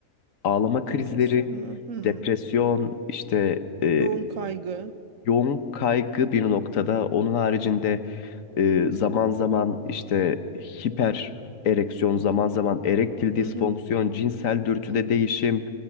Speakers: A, on the left (about 60°); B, on the right (about 65°).
A: ağlama krizleri,
B: Depresyon mu? Hmm.
A: depresyon, işte e,
B: Yoğun kaygı.
A: yoğun kaygı bir noktada. Onun haricinde ee, zaman zaman işte hiper ereksiyon, zaman zaman erektil disfonksiyon,
B: Hı hı,
A: cinsel dürtüde
B: hı,
A: değişim,